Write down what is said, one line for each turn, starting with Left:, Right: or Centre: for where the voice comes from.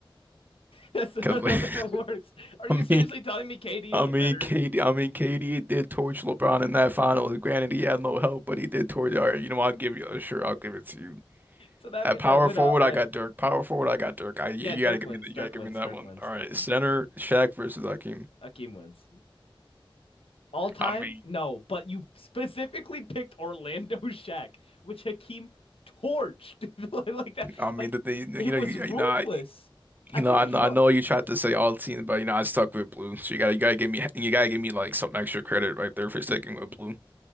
Left: That's not
Right: Because like,
Left: how
Right: <laughs>
Left: that works. Are you
Right: I
Left: seriously telling me KD
Right: mean,
Left: is a
Right: I
Left: better?
Right: mean KD, I mean KD did torch LeBron in that final. Granted, he had no help, but he did torch. All right, you know, I'll give you. Sure, I'll give it to you.
Left: So that
Right: At
Left: means
Right: power
Left: I win
Right: forward,
Left: outright.
Right: I got Dirk. Power forward, I got Dirk. I you,
Left: Yeah,
Right: you
Left: Dirk
Right: gotta give
Left: wins.
Right: me you
Left: Dirk
Right: gotta give
Left: wins.
Right: me that
Left: Dirk
Right: one.
Left: wins.
Right: All right,
Left: Dirk wins.
Right: center Shaq versus Hakeem.
Left: Akeem wins. All time?
Right: I mean,
Left: No, but you specifically picked Orlando <laughs> Shack, which Hakeem torched <laughs> like that.
Right: I mean
Left: Like
Right: that they you know
Left: it was
Right: you,
Left: ruthless.
Right: you know I, you
Left: I feel
Right: know I,
Left: like
Right: know
Left: you don't
Right: I know you tried to say all teams, but you know I stuck with blue. So you gotta you gotta give me you gotta give me like some extra credit right there for sticking with blue.